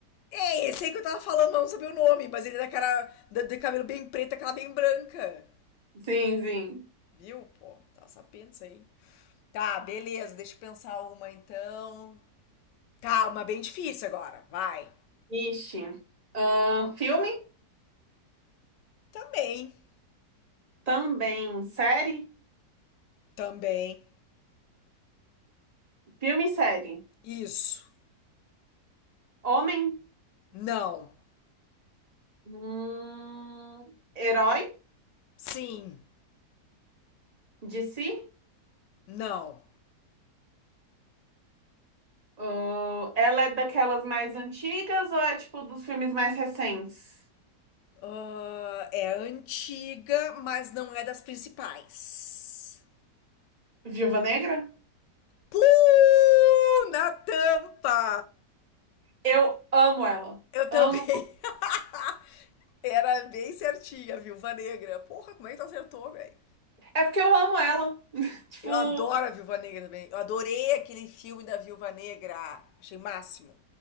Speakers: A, on the left; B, on the right.
A: É, esse aí que eu tava falando, mas não sabia o nome, mas ele é da cara. da- De cabelo bem preto, aquela bem branca.
B: Sim, sim.
A: Viu, pô? Tá sabendo isso aí. Tá, beleza, deixa eu pensar uma então. Tá, uma bem difícil agora, vai.
B: Ixi. Ahn, filme?
A: Também,
B: Também. Série?
A: também.
B: Filme e série.
A: Isso.
B: Homem?
A: Não.
B: Hum, herói
A: Sim.
B: de si?
A: Não.
B: Ah, ela é daquelas mais antigas ou é tipo dos filmes mais recentes?
A: Ah, é antiga, mas não é das principais.
B: Viúva Negra?
A: Pum! Na tampa!
B: Eu amo ela.
A: Eu também.
B: Amo.
A: <laughs> Era bem certinha, Viúva Negra. Porra, como é que tu acertou, velho?
B: É porque eu amo ela. <laughs> Tipo,
A: Eu adoro a Viúva Negra também. Eu adorei aquele filme da Viúva Negra. Achei máximo.